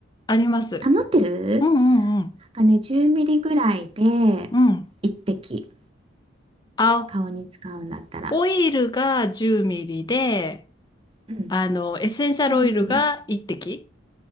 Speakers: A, on the left; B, on the right.
A: あります。
B: あ、持ってる
A: うんうん
B: なんかね、10ミリぐらいで
A: うん。うん。
B: 1滴、
A: あ、
B: 顔に使うんだったら。
A: オイルが10ミリで、
B: うん。
A: あの、エッセンシャルオイルが1滴。
B: 10ミリ